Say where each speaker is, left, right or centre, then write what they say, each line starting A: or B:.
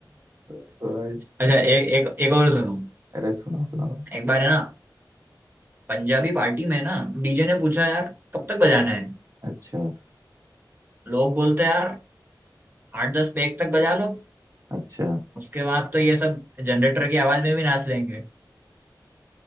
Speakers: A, on the right; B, on the right.
A: तो, तो भाई, तो,
B: अच्छा एक एक एक और सुनो
A: अरे सुना सुना
B: एक बार है ना पंजाबी पार्टी में ना डीजे ने पूछा यार कब तक बजाना है
A: अच्छा
B: लोग बोलते यार आठ दस पैग तक बजा लो
A: अच्छा
B: उसके बाद तो ये सब जनरेटर की आवाज में भी नाच लेंगे